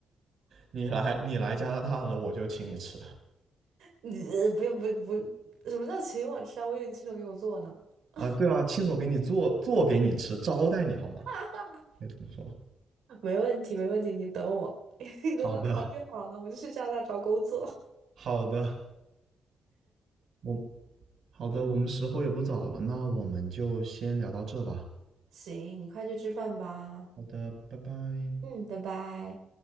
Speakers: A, on the right (about 55°); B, on the right (about 85°).
A: 你来你来加拿大了，我就请你吃
B: 你呃不用不用不用，什么叫请我吃啊？我以为你亲手给我做呢。<laughs>
A: 啊，对啊，亲手给你做做给你吃，招待你好吗？
B: 哈哈，
A: 可以这么说。
B: 没问题没问题，你等我，<laughs> 你等我考虑好了，
A: 好的，
B: 我就去加拿大找工作。
A: 好的，我好的，我们时候也不早了，那我们就先聊到这吧。
B: <laughs> 行，你快去吃饭吧。
A: 好的，拜拜。
B: 嗯，拜拜。